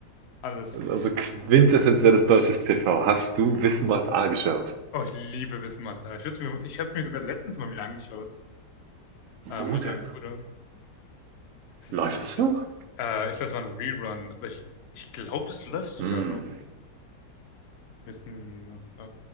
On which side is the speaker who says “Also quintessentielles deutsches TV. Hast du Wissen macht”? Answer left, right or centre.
Right